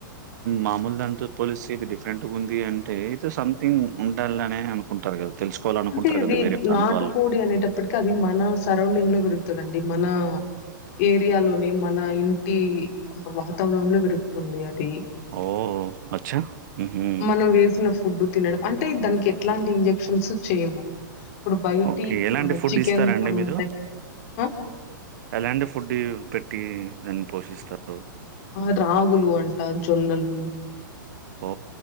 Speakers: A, on the right (about 55°); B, on the left (about 45°).
A: మామూలు దానితో పోలిస్తే ఇది డిఫరెంట్గా ఉంది అంటే సమ్థింగ్ ఉండాలనే అనుకుంటారు కదా తెలుసుకోవాల అనుకుంటారు
B: అంటే అది
A: కదా వేరే ప్రాంత
B: నాటు
A: వాళ్ళు
B: కోడి అనేటప్పుటికి అది మన సరౌడింగ్ లో పెరుగుతది అండి మన ఏరియాలోనే మన ఇంటి వాతావరణంలో పెరుగుతుంది అది
A: ఓ అచ్చా హు
B: మనం వేసిన ఫుడ్ తినడం అంటే దానికి ఎట్లాంటి ఇంజెక్షన్స్ చేయము ఇప్పుడు బయటి
A: ఓకే ఎలాంటి ఫుడ్
B: చికెన్
A: ఇస్తారండి మీరు
B: ఉంటాయి ఆ
A: ఎలాంటి ఫుడ్ పెట్టి దాన్ని పోషిస్తారు
B: ఆ రాగులు అంట జొన్నలు
A: ఓ